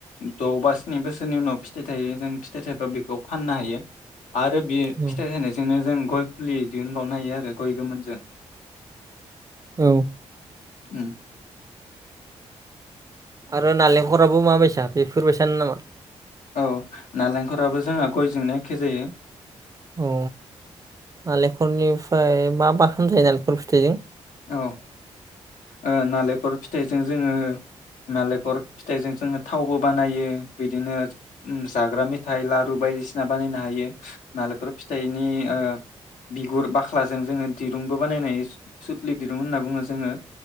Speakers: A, on the left; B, on the right.
A: द' बा स्नि बोसोरनि उनाव फिथाइ थायो जों फिथाइ थाइब्ला बेखौ फाननो हायो। आरो बे
B: औ
A: फिथाइ थायनायजोंनो जों गय फुलि बिदिनो खावनो हायो आरो गय गोमोन जों।
B: औ
A: उम
B: आरो नालेंखराबो माबायसा बेफोरबायसानो नामा?
A: औ नालेंखराबो जोंहा गयजोंनो एखे जायो।
B: औ नालेंखरनिफ्राय मा मा खालामोथाय नालेंखर फिथाइजों?
A: औ ओ नालेंखर फिथाइजों जोङो नालेंखर फिथाइजों जोङो थावबो बानायो। बिदिनो ओम जाग्रा मेथाइ, लारु बायदिसिना बानायनो हायो। नालेंखर फिथाइनि ओ बिगुर बाख्लाजों जोङो दिरुंबो बानायनो हायो सुथलि दिरदोंमोन होनना बुङो जोङो।